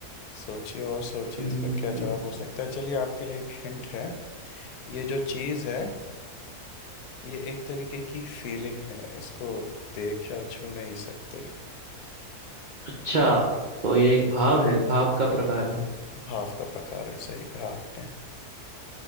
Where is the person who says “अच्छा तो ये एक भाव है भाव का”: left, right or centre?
Right